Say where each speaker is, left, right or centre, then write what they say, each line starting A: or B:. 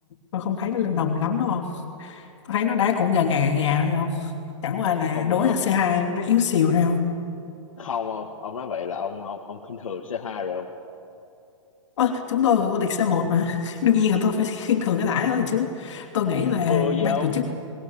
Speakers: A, on the left; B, on the left.
A: tôi không thấy nó lên đồng lắm đúng không? Tôi thấy nó đá cũng gà gà gà gà thôi không? Chẳng qua là
B: không
A: đối
B: được không?
A: là c hai nó yếu xìu thôi không?
B: Không không? ông nói vậy là ông ông ông khinh thường C2 rồi không?
A: Ơ, chúng tôi vừa vô địch c một mà. <laughs> Đương nhiên là tôi phải <laughs> khinh thường cái đãi đó rồi chứ. Tôi nghĩ là
B: vừa gì
A: ban
B: không
A: tổ chức